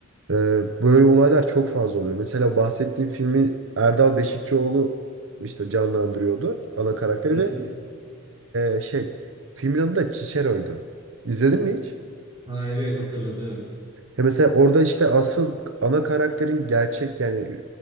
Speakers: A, on the right; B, on the right.
A: Ee, böyle olaylar çok fazla oluyor. Mesela bahsettiğim filmi Erdal Beşikçioğlu işte canlandırıyordu ana karakteri
B: Hı hı.
A: ve ee, şey filmin adı da Cicero'ydu. İzledin mi hiç?
B: Ha evet hatırladım.
A: Ya mesela orada işte asıl ana karakterin gerçek yani